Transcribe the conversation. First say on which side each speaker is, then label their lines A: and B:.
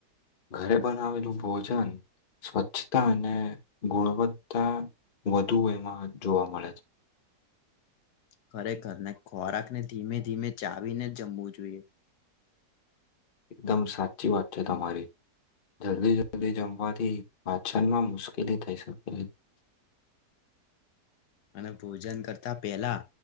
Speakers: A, on the left; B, on the left.
A: ઘરે બનાવેલું ભોજન સ્વચ્છતા અને ગુણવત્તા વધુ એમાં જોવા મળે છે.
B: ખરેખર ને ખોરાકને ધીમે ધીમે ચાવીને જમવું જોઈએ.
A: એકદમ સાચી વાત છે. તમારી જલ્દી જલ્દી જમવાથી પાચનમાં મુશ્કેલી થઈ શકે છે.
B: અને ભોજન કરતા પહેલા